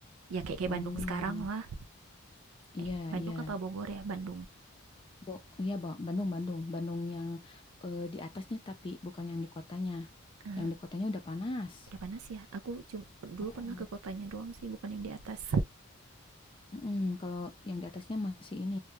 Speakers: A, on the right (about 75°); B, on the left (about 25°).
A: Ya kayak kayak
B: Hmm,
A: Bandung sekarang lah.
B: iya,
A: Eh, Bandung
B: iya.
A: apa Bogor ya? Bandung.
B: Bo, iya, Bo. Bandung, Bandung. Bandung yang eh, di atasnya tapi bukan yang di kotanya.
A: Eh,
B: Yang di kotanya udah panas.
A: udah panas ya aku cum- dulu
B: Mm-mm.
A: pernah ke kotanya doang sih bukan yang di atas
B: Mm-mm. Kalau yang di atasnya masih ini,